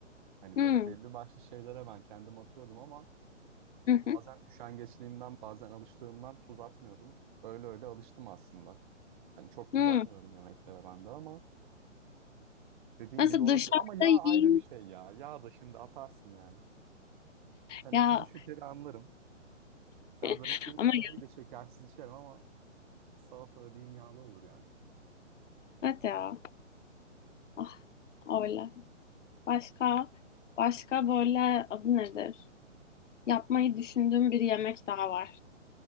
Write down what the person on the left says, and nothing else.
Hmm.
Hı
hı.
Hmm.
Nasıl
dışarıda
yiyeyim?
Ya
<laughs>
ama
ya,
evet ya. Ah, öyle. Başka başka böyle adı nedir? Yapmayı düşündüğüm bir yemek daha var.